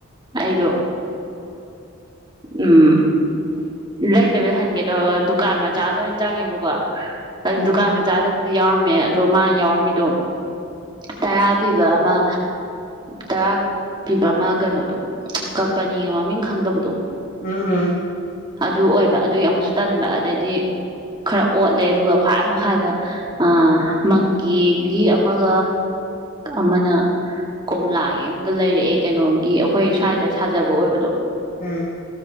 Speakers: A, on the right (about 20°); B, on the left (about 35°).
A: ꯑꯩꯗꯣ ꯎꯝ ꯂꯩꯗꯕꯩ ꯍꯟꯒꯦ ꯇꯧꯔꯒ ꯗꯨꯀꯥꯟ ꯃꯆꯥꯗ ꯑꯣꯏꯅ ꯆꯪꯉꯦꯕꯀꯣ
B: ꯎꯝ
A: ꯗꯨꯀꯥꯟ ꯃ ꯆꯗ ꯕꯨꯗꯤ ꯌꯥꯎꯔꯝꯃꯦ ꯑꯗꯣ ꯃꯥ ꯌꯥꯎꯔꯝꯃꯤꯗꯣ ꯇꯔꯥ ꯄꯤꯕ ꯑꯃ ꯇꯔꯥ ꯄꯤꯕ ꯑꯃ ꯀꯩꯅꯣꯗꯣ ꯀꯝꯄꯅꯤꯒ ꯃꯃꯤꯡ ꯈꯪꯗꯕꯗꯣ
B: ꯎꯝ ꯎꯝ
A: ꯑꯗꯨ ꯑꯣꯏꯕ ꯑꯗꯨꯒꯤ ꯑꯃꯨꯛꯁꯨ ꯇꯟꯕ ꯑꯗꯩꯗꯤ ꯈꯔ ꯑꯣꯠꯂꯦ ꯑꯗꯨꯒ ꯈ꯭ꯋꯥꯏ ꯃꯈꯥꯗ ꯑ ꯃꯪꯒꯤꯒꯤ ꯑꯃꯛ ꯑꯃꯅ ꯀꯣꯝꯂꯥꯒꯤ ꯑꯃꯝꯒ ꯂꯩꯔꯛꯑꯦ ꯀꯩꯅꯣꯒꯤ ꯑꯩꯈꯣꯏ ꯁ꯭ꯋꯥꯏꯗ ꯁꯥꯖꯕ ꯑꯣꯏꯕꯗꯣ
B: ꯎꯝ